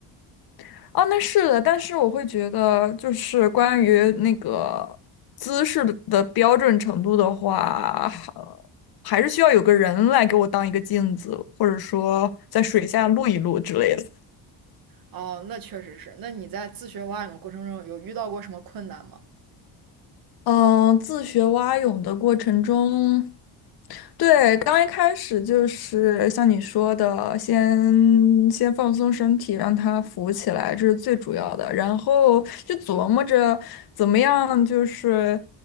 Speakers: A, on the left; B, on the right.
A: <laughs> 哦，那是的，但是我会觉得，就是关于那个姿势的的标准程度的话，呃还是需要有个人来给我当一个镜子，或者说在水下录一录之类的。
B: 哦，那确实是。那你在自学蛙泳的过程中，有遇到过什么困难吗？
A: 嗯，呃自学蛙泳的过程中，对，刚一开始就是像你说的，先先放松身体，让它浮起来，这是最主要的。然后就琢磨着怎么样，就是